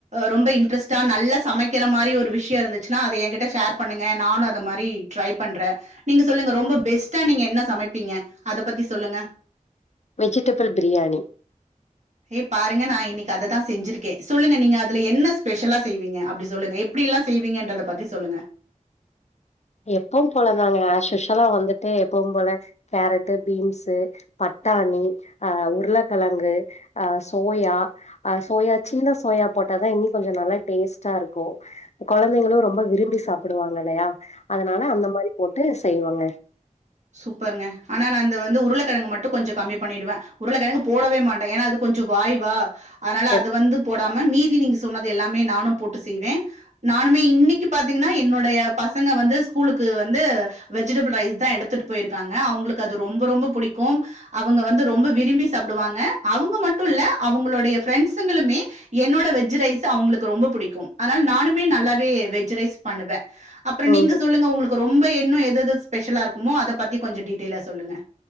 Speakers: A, on the right; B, on the left.
A: ரொம்ப இன்டரஸ்டா நல்லா சமைக்கிற மாதிரி ஒரு விஷயம் இருந்துச்சுன்னா அத ஏன்கிட்ட ஷேர் பண்ணுங்க நானும் அத மாதிரி ட்ரை பண்றேன் நீங்க சொல்லுங்க ரொம்ப பெஸ்டா நீங்க என்ன சமைப்பீங்க அத பத்தி சொல்லுங்க
B: வெஜிடபிள் பிரியாணி
A: ஏய் பாருங்க நான் இன்னைக்கு அதைதான் செஞ்சிருக்கேன் சொல்லுங்க நீங்க அதுல என்ன ஸ்பெஷலா செய்வீங்க அப்படி சொல்லுங்க எப்டி எல்லாம் செய்வீங்கன்றத பத்தி சொல்லுங்க
B: எப்பவும் போலதாங்க அஸ் யூஷுவல்லா வந்துட்டு எப்பவும் போல கேரட்டு பீன்ஸ்ஸு பட்டாணி அ உருளைக்கிழங்கு அ சோயா அ சோயா சின்ன சோயா போட்டாதான் இன்னும் கொஞ்சம் நல்லா டேஸ்ட்டா இருக்கும் குழந்தைங்களும் ரொம்ப விரும்பி சாப்பிடுவாங்க இல்லையா அதனால அந்த மாரி போட்டு செய்வோங்க
A: சூப்பருங்க ஆனா நான் அந்த வந்து உருளைக்கிழங்கு மட்டும் கொஞ்சம் கம்மி பண்ணிடுவேன் உருளைக்கிழங்கு போடவே மாட்டேன் ஏன்னா அது கொஞ்சம் வாய்வா அதனால அது
B: எஸ்
A: வந்து போடாம மீதி நீங் சொன்னது எல்லாமே நானும் போட்டு செய்வேன் நானுமே இன்னைக்கு பாத்தீங்கன்னா என்னுடைய பசங்க வந்து ஸ்கூலுக்கு வந்து வெஜிடபிள் ரைஸ் தான் எடுத்து எடுத்துட்டு போயிருக்காங்க அவங்களுக்கு அது ரொம்ப ரொம்ப புடிக்கும் அவங்க வந்து ரொம்ப விரும்பி சாப்பிடுவாங்க அவங்க மட்டும் இல்ல அவங்களுடைய பிரெண்ட்ஸ்களுமே என்னோட வெஜ் ரைஸ் அவங்களுக்கு ரொம்ப பிடிக்கும் அதனால நானுமே நல்லாவே வெஜ் ரைஸ் பண்ணுவேன் அப்புறம்
B: ம்
A: நீங்க சொல்லுங்க உங்களுக்கு ரொம்ப என்னது எதாது ஸ்பெஷலா இருக்கும் மோ அதை பத்தி கொஞ்சம் டீட்டெயிலா சொல்லுங்க